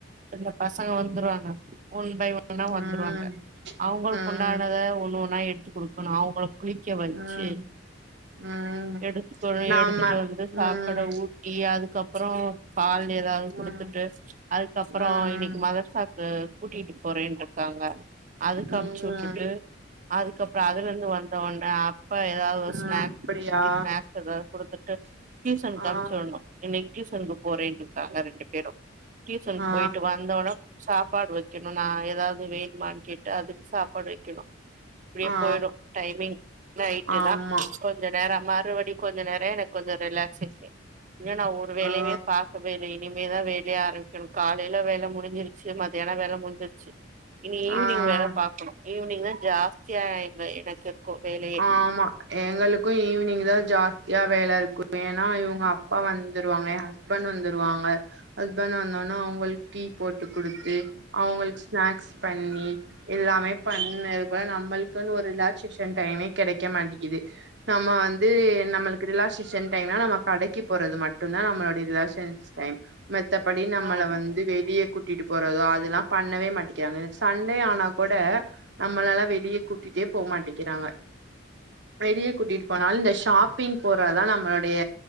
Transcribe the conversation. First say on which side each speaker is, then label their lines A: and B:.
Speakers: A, on the right; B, on the right.
A: இந்த பசங்க வந்துருவாங்க ஒன் பை ஒன்னா வந்துருவாங்க
B: ம்
A: அவங்களுக்கு
B: ம்
A: உண்டானத ஒண்ணு ஒன்னா எடுத்து குடுக்கணு அவங்கள குளிக்க வச்சு
B: ம் ம்
A: எடுத்துக்கணு
B: நாம
A: எடுத்துட்டு வந்து
B: ம்
A: சாப்பாட ஊட்டி அதுக்கப் ற பால் ஏதாவது குடுத்துட்டு
B: ம்
A: அதுக்கப்புற
B: ம்
A: இன்னைக்கு மதர் சாக்கு கூட்டிகிட்டு போறேன்ருக்காங்க அதுக்கு
B: ம்
A: அமிச்சு உட்டுட்டு அதுக்கப்பற அதுல இருந்து வந்த ஒன்ன அப்ப ஏதாவது
B: ஆ
A: ஸ்நாக்
B: அப்படியா
A: க்கி ஸ்நேக்ஸ் எதாவது குடுத்துட்டு ட்யூசனுக்
B: ஆ
A: அனுப் ச்சுடனு இன்னைக்கு டியூசனுக்கு போறேனுருக்காங்க ரெண்டு பேரு டியூசனுக்
B: ஆ
A: போயிட்டு வந்தோன சாப்பாடு வெக்கணு நா ஏதாவது வேனுமானு கேட் டு அதுக்கு சாப்பாடு வெக்கணு இப்டியே
B: ஆ
A: போயிடு டைமிங் நைட்டுதா
B: ஆமா
A: கொ ஞ்ச நேர மறுபடி கொஞ்ச நேர எனக்கு கொஞ்ச ரிலாக்சேஷன் இல்ல நா வேலயவே
B: ஆ
A: பாக்கவேலயே இனிமேதா வேலைய ஆரம்பிக்கணு காலையில வேலை முடிஞ்சிருச்சு மத்தியான வேலை முடிஞ்சிருச்சு இனி ஈவினிங்
B: ஆ
A: வேல பாக்கணு ஈவினிங்தா ஜாஸ்தியா எங்க எனக்கு இருக்கு வேலையே
B: ஆமா எங்களுக்கு ஈவினிங்தா ஜாஸ்தியா வேல இருக்குமே ஏன்னா இவங்க அப்பா வந்துருவாங்க எ ஹஸ்பண்ட் வந்துருவாங்க ஹஸ்பண்ட் வந்தோன அவங்களுக்கு டீ போட்டு குடுத்து அவங்களுக்கு ஸ்நாக்ஸ் பண்ணி எல்லாமே பண்ணது கூட நம்மளுக்குன்னு ஒரு ரிலாக்சேஷன் டைமே கெடைக்க மாட்டிக்குது நம்ம வந்து நம்மளுக்கு ரிலாக்சேஷ டைம்னா நம்ம கடைக்கு போறது மட்டும்தா நம்மளுடைய ரிலாக்ஷேஷன் மத்தப்படி நம்மள
A: ஆமா
B: வந்து வெளிய கூ ட்டிட்டு போறதோ அதெல்லா பண்ணவே மாட்டேக்கிறாங்க சண்டே ஆனா கூட நம்மளலா வெளிய கூட்டிட்டே போ மாட்டேக்கிறாங்க வெளிய கூட்டிட்டு போனாலு இந்த ஷாப்பிங் போறதா நம்மளுடைய